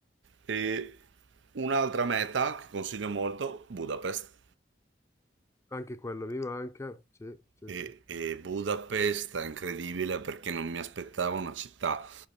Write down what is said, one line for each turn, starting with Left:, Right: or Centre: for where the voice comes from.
Right: E un'altra meta che consiglio molto, Budapest.
Left: anche quello mi manca. Sì, sì,
Right: E,
Left: sì.
Right: e Budapest è incredibile perché non mi aspettavo una città